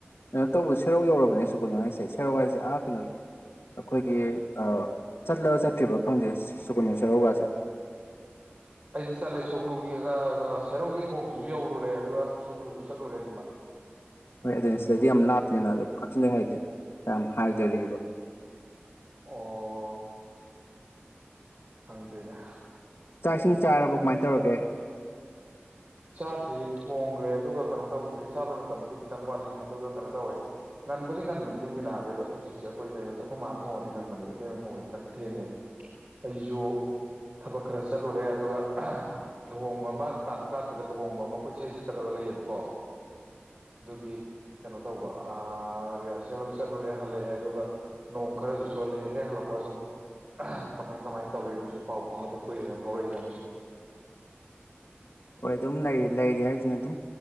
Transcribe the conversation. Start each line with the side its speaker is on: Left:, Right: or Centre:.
Left: ꯀꯩꯅꯣ ꯇꯧꯕ ꯁꯦꯔꯧ ꯌꯧꯔꯕꯅꯦ ꯁꯨꯀꯨꯅꯨ ꯍꯥꯏꯁꯦ ꯁꯦꯔꯧ ꯍꯥꯏꯁꯦ ꯑꯥ ꯀꯩꯅꯣꯒꯤ ꯑꯩꯈꯣꯏꯒꯤ ꯆꯠꯂꯒ ꯆꯠꯇ꯭ꯔꯤꯕ ꯈꯪꯗꯦ ꯁꯨꯀꯨꯅꯨ ꯁꯦꯔꯧꯒꯁꯦ
Right: ꯑꯩꯗꯤ ꯆꯠꯂꯦ ꯁꯨꯒꯅꯨꯒꯤ ꯒꯒꯥ ꯁꯦꯔꯧꯒꯤ ꯊꯣꯡꯗꯨꯁꯨ ꯌꯧꯔꯨꯔꯦ ꯑꯗꯨꯒ ꯁꯨꯒꯅꯨꯗꯁꯨ ꯆꯠꯂꯨꯔꯦ ꯑꯅꯤꯃꯛ
Left: ꯍꯣꯏ ꯑꯗꯨꯍꯦꯟ ꯁꯤꯗꯩꯗꯤ ꯌꯥꯝ ꯂꯥꯞꯇꯔꯦꯅ ꯑꯗꯨ ꯀꯛꯆꯤꯡꯗꯩ ꯍꯥꯏꯗꯤ ꯃꯌꯥꯝ ꯍꯥꯏꯗꯔꯤꯕ
Right: ꯑꯣ ꯍꯪꯗꯦꯅꯦ
Left: ꯆꯥꯛ ꯏꯁꯤꯡ ꯆꯥꯔꯕ ꯀꯃꯥꯏꯅ ꯇꯧꯔꯒꯦ
Right: ꯆꯥꯗ꯭ꯔꯤ ꯊꯣꯡꯈ꯭ꯔꯦ ꯑꯗꯨꯒ ꯀꯩꯅꯣ ꯇꯧꯗ꯭ꯔꯤ ꯆꯥꯕꯩ ꯃꯇꯝꯕꯨꯗꯤ ꯈꯤꯇꯪ ꯋꯥꯠꯂꯤ ꯑꯗꯨꯒ ꯀꯩꯅꯣ ꯇꯧꯋꯦ ꯉꯟꯕꯨꯗꯤ ꯉꯟꯕꯅꯤ ꯌꯨꯝꯒꯤ ꯅꯍꯥꯟꯒꯦ ꯑꯗꯣ ꯍꯧꯖꯤꯛꯁꯦ ꯑꯩꯈꯣꯏ ꯏꯇꯩ ꯃꯣꯡ ꯑꯩꯈꯣꯏ ꯃꯥꯟ ꯊꯣꯡꯉꯗꯤ ꯉꯟꯕꯅꯤ ꯏꯇꯩꯃ ꯊꯣꯡꯗꯤ ꯈꯤꯇꯪ ꯊꯦꯡꯉꯦ ꯑꯩꯁꯨ ꯊꯕꯛ ꯈꯔ ꯆꯠꯂꯨꯔꯦ ꯑꯗꯨꯒ ꯂꯨꯍꯣꯡꯕ ꯑꯃ ꯇꯥꯡ ꯇꯥꯔꯇꯦꯇ ꯂꯨꯍꯣꯡꯕ ꯑꯃ ꯃꯈꯣꯏ ꯏꯁꯩ ꯁꯛꯀꯗꯕ ꯂꯩꯌꯦꯕꯀꯣ ꯑꯗꯨꯒꯤ ꯀꯦꯅꯣ ꯇꯧꯕ ꯑ ꯔꯤꯍꯔꯁꯦꯜ ꯑꯃ ꯆꯠꯂꯨꯔꯦ ꯍꯜꯂꯛꯑꯦ ꯑꯗꯨꯒ ꯅꯣꯡ ꯈꯔꯁꯨ ꯆꯣꯜꯂꯦ ꯍꯦꯛ ꯍꯜꯂꯛꯄꯒ ꯁꯨꯝ ꯀꯃꯥꯏ ꯀꯃꯥꯏꯅ ꯇꯧꯔꯤ ꯅꯣꯏꯁꯨ ꯄꯥꯎ ꯐꯥꯎꯅꯗ ꯀꯨꯏꯔꯦꯅ ꯐꯥꯎꯔꯛꯏꯖꯥꯠꯅꯦ ꯁꯨꯝ
Left: ꯍꯣꯏ ꯑꯗꯨꯝ ꯂꯩ ꯂꯩꯔꯤ ꯍꯥꯏꯁꯤꯅ ꯑꯗꯨꯝ